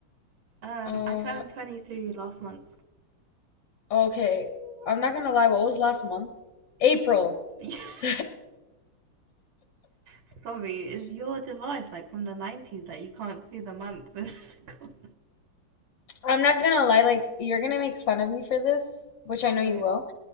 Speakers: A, on the right; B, on the left.
A: <laughs> um,
B: Uh,
A: I turned 23 last month.
B: okay. I'm not gonna lie, what was last month? April. <laughs>
A: <laughs> Sorry, is your device like from the 90s that you can't see the month <laughs> in the corner?
B: I'm not gonna lie, like, you're gonna make fun of me for this, which
A: Oh
B: I know
A: no.
B: you will.